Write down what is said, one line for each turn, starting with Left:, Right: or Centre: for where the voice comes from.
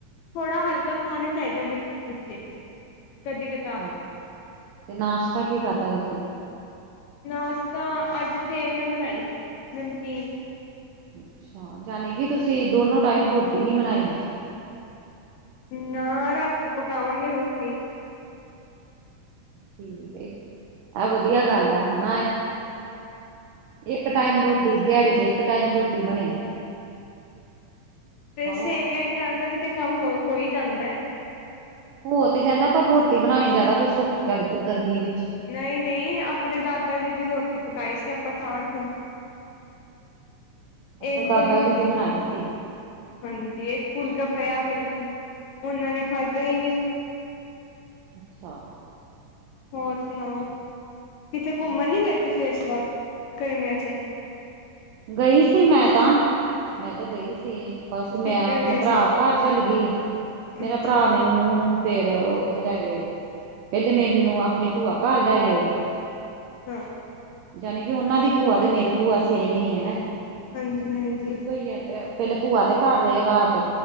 Left: ਥੋੜਾ ਹਲਕਾ ਖਾਣਾ ਚਾਹੀਦਾ ਵਿੱਚ ਵਿੱਚੇ <unintelligible> ਕਦੇ ਕਦੇ
Right: ਹਾਂ ਤੇ ਨਾਸ਼ਤਾ ਕੀ ਖਾਧਾ ਤੁਸੀਂ
Left: ਨਾਸ਼ਤਾ ਅੱਜ ਸੇਵੀਆਂ ਬਣੀਆਂ ਸੀ ਨਮਕੀਨ
Right: ਅੱਛਾ ਜਾਣੀ ਕਿ ਤੁਸੀਂ ਦੋਨੋ ਟਾਈਮ ਰੋਟੀ ਨੀ ਬਣਾਈ ਅੱਜ
Left: ਨਾ ਰੱਖਦੀ ਰਾਤੀਂ ਪਾਵਾਂਗੇ ਰੋਟੀ
Right: ਠੀਕ ਆ ਵਧੀਆ ਗੱਲ ਹੈ ਨਾ ਇੱਕ ਟਾਈਮ ਰੋਟੀ ਦਿਹਾੜੀ ਚ ਇੱਕ ਟਾਈਮ ਰੋਟੀ ਬਣੇ
Left: ਤੇ
Right: ਵਾਹ
Left: <unintelligible>
Right: ਵਾਹ
Left: ਗਿਆਨ ਦਾ ਵੀ ਤੇ ਕੰਮ ਹੋ ਈ ਜਾਂਦਾ ਐ
Right: ਹੋ ਤੇ ਜਾਂਦਾ ਪਰ ਰੋਟੀ ਬਣਾਉਣੀ ਜ਼ਿਆਦਾ ਕੁਛ ਔਖੀ ਲੱਗਦੀ ਗਰਮੀ ਵਿੱਚ
Left: ਨਹੀਂ ਨਹੀਂ ਆਪਣੇ ਦਾਦਾ ਜੀ ਦੀ ਰੋਟੀ ਪਕਾਈ ਸੀ ਆਪਾਂ ਚਾਾਰ ਫੁੱਲ
Right: ਅੱਛਾ
Left: ਇੱਕ
Right: ਦਾਦਾ
Left: ਬਲਕਿ
Right: ਜੀ ਦੀ
Left: ਫੁਲ
Right: ਬਣਾਈ ਸੀ
Left: ਹਾਂਜੀ ਇੱਕ ਫੁਲਕਾ ਪਿਆ ਬਲਕਿ ਉਨਾਂ ਨੇ ਖਾਧਾ ਈ ਨੀ।
Right: ਅੱਛਾ।
Left: ਹੋਰ ਸੁਣਾਓ ਕਿੱਥੇ ਘੁੰਮਣ
Right: ਬਸ
Left: ਨੀ ਗਏ ਤੁਸੀਂ ਇਸ ਵਾਰ ਗਰਮੀਆਂ 'ਚ?
Right: ਗਈ ਸੀ ਮੈਂ ਤਾਂ। ਮੈਂ ਤਾਂ ਗਈ ਸੀ ਬਸ ਮੈਂ
Left: ਕਿੱਧਰ
Right: ਆਪਣੇ
Left: ਗਏ
Right: ਭਰਾ
Left: ਸੀ
Right: ਘਰ ਚਲਗੀ। ਮੇਰਾ
Left: ਅੱਛਾ
Right: ਭਰਾ ਮੈਨੂੰ ਫੇਰ ਉੱਥੇ ਲੈ ਗਏ ਪਹਿਲੇ ਮੈਨੂੰ ਆਪਣੀ ਭੂਆ ਘਰ ਲੈਗੇ
Left: ਹਾਂ
Right: ਜਾਣੀ ਕਿ ਉਨਾਂ ਦੀ ਭੂਆ ਤੇ ਮੇਰੀ ਭੂਆ ਸੇਮ ਹੀ ਹੈ
Left: ਹਾਂਜੀ-ਹਾਂਜੀ
Right: ਇੱਕੋ ਹੀ ਹੈ ਪਹਿਲੇ ਭੂਆ ਦੇ ਘਰ ਰਏ ਰਾਤ